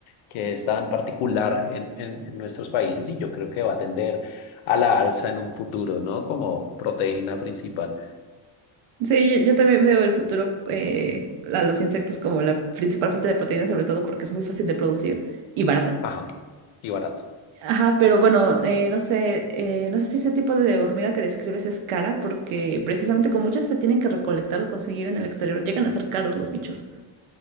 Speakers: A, on the left; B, on the right.
A: Que es tan particular en, en, en nuestros países y yo creo que va a tender a la alza en un futuro, ¿no? Como proteína principal.
B: Sí, yo, yo también veo el futuro eh, a los insectos como la principal fuente de proteína, sobre todo porque es muy fácil de producir y barata.
A: Ajá, y barato.
B: Ajá, pero bueno, eh, no sé, eh, no sé si ese tipo de hormiga que describes es cara, porque precisamente con muchas se tienen que recolectar o conseguir en el exterior, llegan a ser caros los bichos.